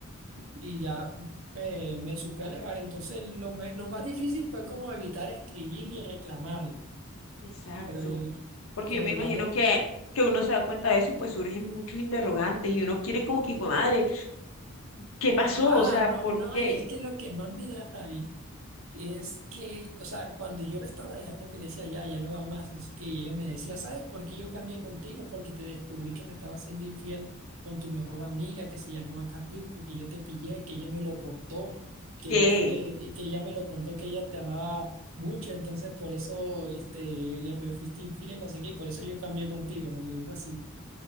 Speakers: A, on the right; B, on the left.
A: y ya me, me supe alejar, entonces lo, me- lo más difícil fue como evitar escribir y reclamarle,
B: Exacto,
A: pero,
B: porque
A: pero
B: yo me imagino
A: ya luego...
B: que, que uno se da cuenta de eso y pues surgen muchos interrogantes y uno quiere como que, hijo de madre, ¿qué pasó?
A: Ah,
B: O sea,
A: no,
B: ¿por
A: no,
B: qué?
A: y es que lo que más me da rabia. Es que, o sea, cuando yo la estaba dejando, que le decía, ya, ya no va más, es que ella me decía, ¿sabes por qué yo cambié contigo? Porque te descubrí que me estaba siendo infiel con tu mejor amiga que se llamaba Katiuska, que yo te pillé, que ella me lo contó, que
B: ¿Qué?
A: ella fue, que ella me lo contó, que ella te amaba mucho, entonces por eso, este, le me fuiste infiel, no sé qué, y por eso yo cambié contigo, me lo dijo así. <laughs>